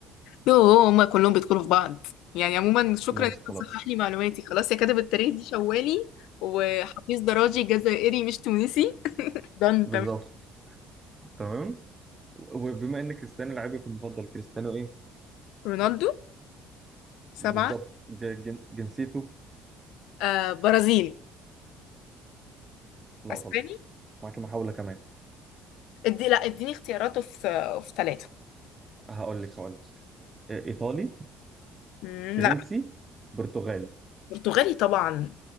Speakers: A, on the left (about 80°); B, on the right (about 20°).
A: يوه هما كلهم بيدخلوا في بعض يعني عموما شكرا
B: ماشي
A: انك
B: خلاص
A: بتصحح لي معلوماتي خلاص يا كاتب التاريخ دي شوالي وحفيظ دراجي جزائري مش تونسي دان
B: بالظبط
A: تمام
B: تمام وبما ان كريستيانو لاعبك المفضل كريستيانو ايه
A: رونالدو سبعة
B: بالظبط ج- جن- جنسيته
A: آه برازيلي
B: لا
A: اسباني
B: غلط معاك محاولة كمان
A: ادي لا اديني اختياراته في في ثلاثة
B: هقول لك هقول لك آه، إيطالي
A: لا
B: فرنسي برتغالي
A: برتغالي طبعا